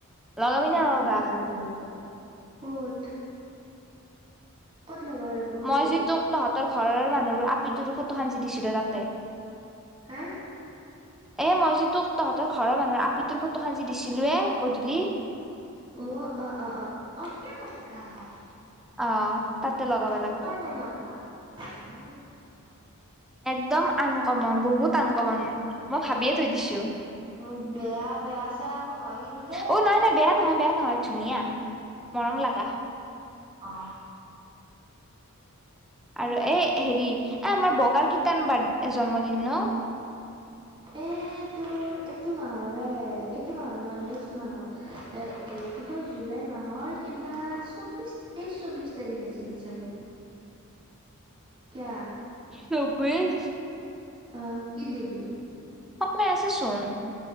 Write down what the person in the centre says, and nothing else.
লগাবি নে
নলগা
মই যি তোক তহঁতৰ ঘৰৰ মানুহৰ আপিটোৰো ফটো যি দিছো দে তাতে
এ মই যি তোক তহঁতৰ ঘৰৰ মানুহৰ আপি তৰ ফটোখন যি দিছিলো এ গধূলি।
অ। তাতে লগাব
লাগব
একদম আনকমন বহুত আনকমনান মই ভাবিয়ে থৈ দিছো।
অ নাই নাই বেয়া নহয় বেয়া নহয় ধুনীয়া মৰম লাগা।
আৰু এই হেৰি এ আমাৰ বগাৰ কীতান বাড জন্মদিন ন?
চৌব্বিছ
সময় আছে চোন।